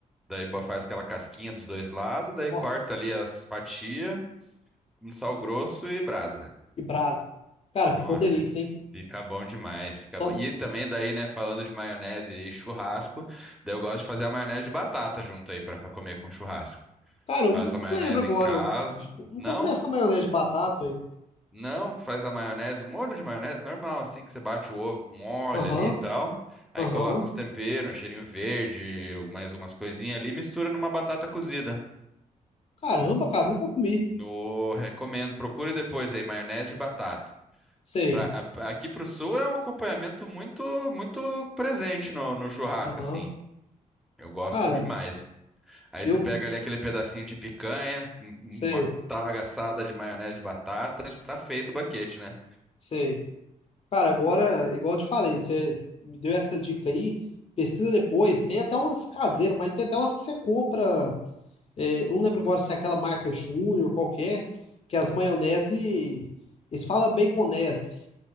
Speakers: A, in the centre; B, on the left (about 45°).
A: Daí bo- faz aquela casquinha dos dois lados, daí
B: Nossa,
A: corta ali as fatias, um sal grosso e brasa.
B: que brasa. Cara,
A: Nossa,
B: ficou delícia, hein?
A: fica bom demais, fica
B: Só-
A: bom. E também daí, né, falando de maionese e churrasco, daí eu gosto de fazer a maionese de batata junto aí para comer com churrasco.
B: Cara, eu
A: Faço
B: não
A: a maionese
B: lembro agora.
A: em casa.
B: Eu acho que eu nunca
A: Não?
B: comi essa maionese de batata, hein?
A: Não, faz a maionese, o molho de maionese normal, assim, que você bate o ovo com óleo
B: Aham,
A: ali e tal. Aí
B: aham.
A: coloca uns temperos, um cheirinho verde, mais umas coisinhas ali, mistura numa batata cozida.
B: Caramba, cara, nunca comi.
A: No, recomendo, procura depois aí, maionese de batata.
B: Sei.
A: Pra, a- aqui pro sul é um acompanhamento muito muito presente no, no churrasco,
B: Aham.
A: assim. Eu gosto
B: Cara,
A: muito demais. Aí
B: eu
A: você pega ali aquele pedacinho de picanha, um- uma
B: sei,
A: talagaçada de maionese de batata, tá feito o banquete, né?
B: sei. Cara, agora, igual eu te falei, você me deu essa dica aí. Pesquisa depois. Tem até umas caseiras, mas tem até umas que você compra. é, eu não lembro agora se é aquela marca Júnior, qualquer, que as maionese. Eles falam baconese.